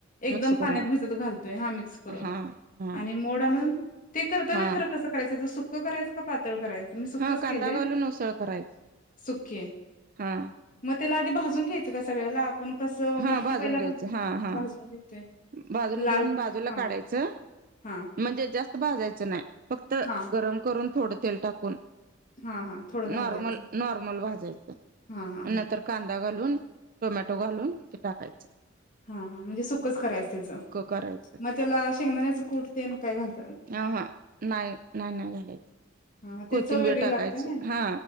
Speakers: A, on the left; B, on the right.
A: एकदम
B: मिक्स करून
A: पाण्यात भिजत घालतोय हा मिक्स करून
B: हा हा
A: आणि मोड आणून ते करताना
B: हा
A: खरं कसं करायचं ज सुकं करायचं का पातळ करायचं. मी सुखच
B: हा कांदा
A: केलं
B: घालून उसळ करायची
A: सुखी.
B: हा
A: मग त्याला आधी भाजून घ्यायचं का सगळ्याला आपण कसं
B: हा
A: मटकी
B: भाजून
A: पहिला
B: घ्यायचं हा हा
A: भाजून घेतोय.
B: भाजून
A: लाल
B: घेऊन बाजूला
A: हा
B: काढायचं
A: हा
B: म्हणजे जास्त भाजायचं नाही. फक्त
A: हा
B: गरम करून थोडं तेल टाकून
A: हा हा थोडं भाजायचं
B: नॉर्मल नॉर्मल भज
A: हा हा
B: नंतर कांदा घालून टोमॅटो घालून ते टाकायचे. <unintelligible>
A: हा हा म्हणजे सुखच करायचं त्याचं
B: करायचं
A: मग त्याला शेंगदाण्या च कुठते काय घालत.
B: हा हा नाही नाही नाही घालायचं.
A: हा ते
B: कोथिंबीर
A: चव वेगळी
B: टाकायची
A: लागते ना
B: हा